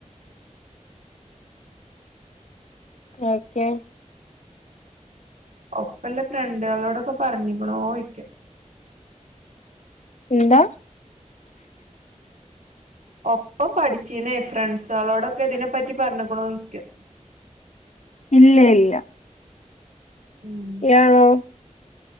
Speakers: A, on the left (about 60°); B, on the right (about 80°).
A: ഓക്കെ
B: ഒപ്പെല്ലേ ഫ്രണ്ട്ളോടൊക്കെ പറഞ്ഞ്ക്ക്ണോയിക്കാ
A: എന്താ
B: ഒപ്പം പഠിച്ചീന്നേ ഫ്രണ്ട്സളോടൊക്കെ ഇതിനെപ്പറ്റി പറഞ്ഞ്ക്ക്ണോയിക്ക്യാ
A: ഇല്ല ഇല്ല
B: ഉം
A: ഇയാളോ